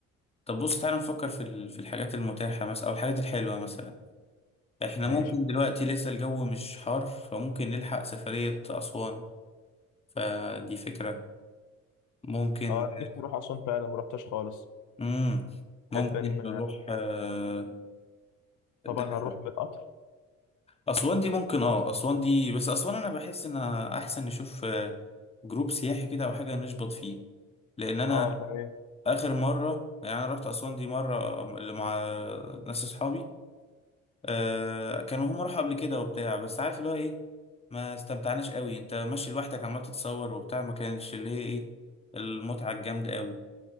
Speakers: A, on the left; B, on the left.
A: طب بص تعالى نفكر في ال- في الحاجات المتاحة مثلا او الحاجات الحلوة مثلا احنا
B: ماشي
A: ممكن دلوقتي لسه الجو مش حار فممكن نلحق سفرية أسوان فدي فكرة ممكن
B: اه أنا نفسي اروح اسوان فعلا ما رحتش خالص
A: امم ممكن
B: تحب ان
A: نروح آه،
B: طبعا
A: دهب
B: هنروح بالقطر
A: أسوان دي ممكن اه أسوان دي بس أسوان أنا بحس إن أحسن نشوف آه، جروب سياحي كده أو حاجة نشبط فيه لأن أنا
B: اه تمام
A: آخر مرة يعني أنا رحت أسوان دي مرة مع ناس أصحابي آه كانوا هم راحوا قبل كده وبتاع بس عارف اللي هو ايه ما استمتعناش قوي انت ماشي لوحدك عمال تتصور وبتاع ما كانش اللي هي ايه المتعة الجامدة قوي